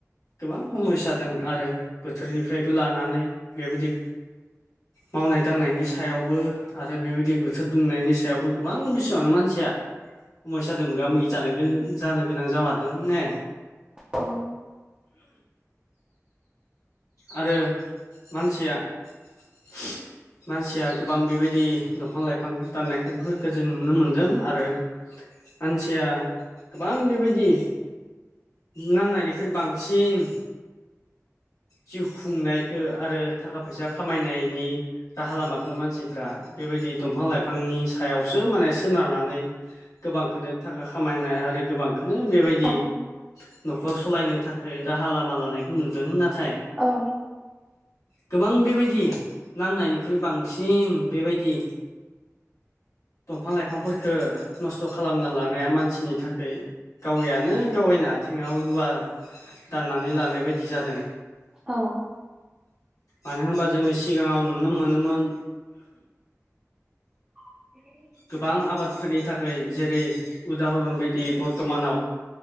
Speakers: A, on the left; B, on the right.
A: गोबां समयसा दों आरो बोथोरनिफ्रायबो लानानै बेबायदि मावनाय दांनायनि सायावबो आरो बेबायदि बोथोर दुंनायनि सायावबो गोबां बिसोङानो मानसिया समायसा मोगा मोगि जानो गोनां जामारदों ने।
B: औ।
A: आरो मानसिया <inaudible> मानसिया गोबां बेबायदि दंफां लाइफां दाननायफोरखौ जों नुनो मोन्दों आरो मानसिया गोबां बेबायदि नांनायनिख्रुइ बांसिन जिउ खुंनायखौ आरो थाखा फैसा खामायनायनि राहा लामाखौ मानसिफ्रा बेबायदि दंफां लाइफांनि सायावसो माने सोनारनानै गोबांखोनो थाखा खामायनाय आरो गोबां बेखनो बेबायदि
B: औ
A: न'खर सालायनो थाखाय राहा लामा लानायखौ नुदों नाथाय
B: औ।
A: गोबां बेबायदि नांनायनिख्रुइ बांसिन बेबायदि दंफां लाइफांफोरफोरखो नस्थ' खालामना लानाया मानसिनि थाखाय गावैयानो गावैनो आथिङाव रुवा दाननानै लानाय बायदि जादों।
B: औ।
A: मानो होनबा जोङो सिगाङाव नुनो मोनोमोन।
B: <inaudible>
A: गोबां आबादफोरनि थाखाय जेरै उदाहरन बायदि बर्थ'मानाव